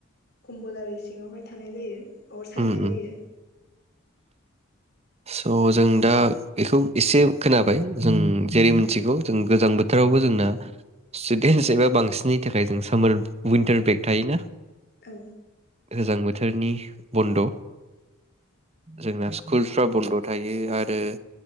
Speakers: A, on the left (about 50°); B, on the right (about 30°).
A: खमबल आरि सिङावहाय थानाय जायो अर सायनाय
B: उम उम
A: जायो
B: स' जों दा बेखौ एसे खोनाबाय जों जेरै मिथिगौ जों गोजां बोथोरावबो जोंना स्टुडेन्टस एबा बांसिननि थाखाय जों सामार उइन्टार ब्रेक थायोना
A: औ
B: गोजां बोथोरनि बन्द' जोंना स्कुल फ्रा बन्द' थायो आरो